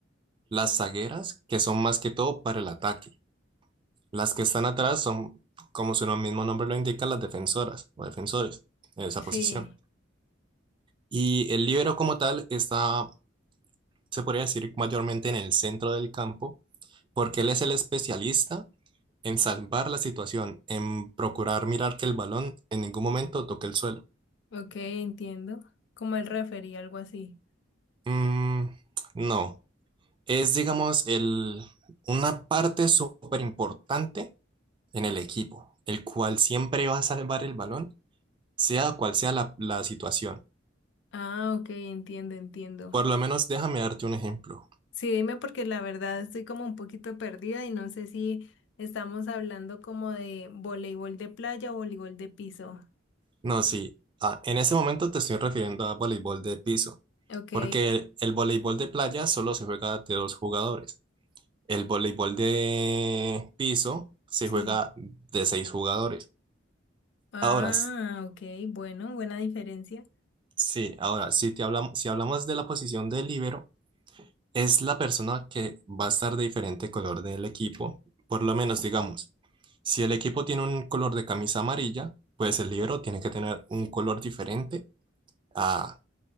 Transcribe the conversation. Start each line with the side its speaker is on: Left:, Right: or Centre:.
Right: Las zagueras, que son más que todo para el ataque. Las que están atrás son, como su nom- mismo nombre lo indica, las defensoras o defensores en esa
Left: Sí,
Right: posición. Y el líbero como tal está, se podría decir, mayormente en el centro del campo, porque él es el especialista en salvar la situación, en procurar mirar que el balón en ningún momento toque el suelo.
Left: ok, entiendo. Como el referee, algo así.
Right: Mm, no, es, digamos, el, una parte súper importante en el equipo, el cual siempre va a salvar el balón, sea cual sea la, la situación.
Left: Ah, ok, entiendo, entiendo.
Right: Por lo menos déjame darte un ejemplo.
Left: Sí, dime porque la verdad estoy como un poquito perdida y no sé si estamos hablando como de voleibol de playa o voleibol de piso.
Right: No, sí, ah, en ese momento te estoy refiriendo a voleibol de piso,
Left: Ok,
Right: porque el, el voleibol de playa solo se juega de dos jugadores. El voleibol de piso se
Left: sí.
Right: juega de seis jugadores.
Left: Ah,
Right: Ahora, s-
Left: ok, bueno, buena diferencia.
Right: sí, ahora, si te hablamos, si hablamos de la posición de líbero, es la persona que va a estar de diferente color del equipo. Por lo menos, digamos, si el equipo tiene un color de camisa amarilla, pues el libro tiene que tener un color diferente a,